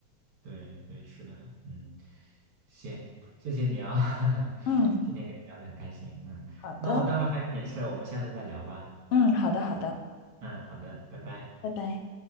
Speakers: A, on the right; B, on the left.
A: 对对，是的，嗯，行，谢谢你啊、<laughs>
B: 嗯，
A: 今天跟你聊的很开心。嗯，
B: 好的，
A: 那我待会儿还有点事儿，我们下次再聊吧。
B: 嗯，好的，好的，
A: 嗯，好的，拜拜。
B: 拜拜。